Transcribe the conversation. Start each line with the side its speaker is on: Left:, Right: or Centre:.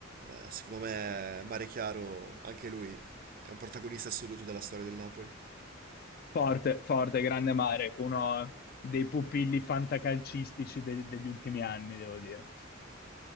Right: eh, secondo me Mare Chiaro, anche lui, è un protagonista assoluto della storia del Napoli.
Left: Forte, forte, grande Marek, uno dei pupilli fantacalcistici de- degli ultimi anni, devo dire.